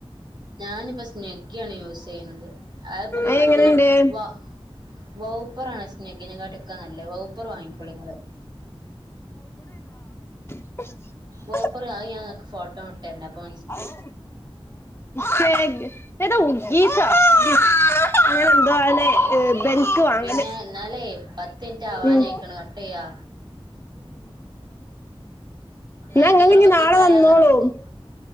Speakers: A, on the right; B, on the left.
A: ഞാനിപ്പോ സ്നെഗ്ഗിയ ആണ് യൂസ് ചെയ്യുന്നത് അതിപ്പൊ മാറ്റണം
B: അയെങ്ങനെണ്ട്
A: വ വൗപ്പറാണ് സ്നഗിനെ കാട്ടൊക്കെ നല്ലത് വൗപ്പർ വാങ്ങിക്കോളിങ്ങള്
B: <unintelligible>
A: വൗപ്പർ അത് ഞാൻഇങ്ങൾക്ക് ഫോട്ടോ വിട്ടരണ്ട് അപ്പം
B: ഉ ശരി ഏതാ ഹ്യൂഗ്ഗീസൊ <unintelligible> അങ്ങനെ ന്തോ ആണ് <unintelligible> ഇവൻക്ക് വാങ്ങൽ
A: പിന്നെ എന്നാലേ പത്ത് മിനിറ്റ് ആവാനായിക്കണ്
B: ഉം
A: കട്ട് ചെയ്യാ ആയിട്ട്
B: എന്നങ്ങക്ക്ഞ്ഞ്
A: ഇങ്ങള് പത്ത്
B: നാളെ
A: മിനിറ്റ് ആയാ
B: വന്നോളും
A: കറക്റ്റ്